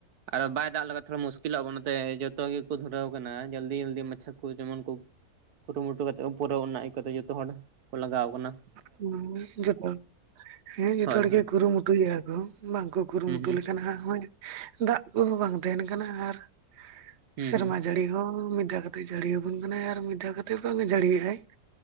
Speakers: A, on the right; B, on the right.
A: ᱟᱨᱚ ᱵᱟᱭ ᱫᱟᱜ ᱞᱟᱜ ᱛᱷᱚᱲᱟ ᱢᱩᱥᱠᱤᱞᱚᱜᱼᱟ ᱟᱵᱚ ᱚᱱᱟᱛᱮ ᱡᱚᱛᱚ ᱜᱮᱠᱚ ᱫᱷᱩᱨᱟᱣ ᱠᱟᱱᱟ ᱡᱚᱞᱫᱤ ᱡᱚᱞᱫᱤ ᱢᱟᱪᱷᱟ ᱠᱚ ᱡᱮᱢᱚᱱ ᱠᱚ ᱠᱩᱨᱩᱢᱩᱴᱩ ᱠᱟᱛᱮᱜ ᱠᱚ ᱯᱩᱨᱟᱹᱣ ᱱᱟ ᱤᱠᱟᱹᱱ ᱡᱚᱛᱚ ᱦᱚᱲ ᱠᱚ ᱞᱟᱜᱟᱣ ᱟᱠᱟᱱᱟ ᱾
B: ᱦᱩᱸ ᱡᱚᱛᱚ ᱦᱮᱸ ᱡᱚᱛᱚ
A: ᱦᱳᱭ
B: ᱦᱚᱲ
A: ᱦᱳᱭ
B: ᱜᱮ ᱠᱩᱨᱩᱢᱩᱴᱩᱭᱮᱜᱼᱟ ᱠᱚ ᱵᱟᱝᱠᱚ ᱠᱩᱨᱩᱢᱩᱴᱩ
A: ᱦᱩᱸ ᱦᱩᱸ
B: ᱞᱮᱠᱷᱟᱱ ᱦᱟᱸᱜ ᱦᱚᱸᱭ ᱫᱟᱜ ᱠᱚᱸᱦᱚ ᱵᱟᱝ ᱛᱟᱦᱮᱱ ᱠᱟᱱᱟ ᱟᱨ
A: ᱦᱩᱸ
B: ᱥᱮᱨᱢᱟ
A: ᱦᱩᱸ
B: ᱡᱟᱹᱲᱤ ᱦᱚᱸ ᱢᱤᱫ ᱫᱷᱟᱣ ᱠᱟ ᱡᱟᱹᱲ ᱟᱵᱚᱱ ᱠᱟᱱᱟᱭ ᱟᱨ ᱢᱤᱫ ᱫᱷᱟᱣ ᱠᱟᱛᱮ ᱵᱟᱝ ᱡᱟᱹᱲᱤ ᱭᱮᱜ ᱟᱭ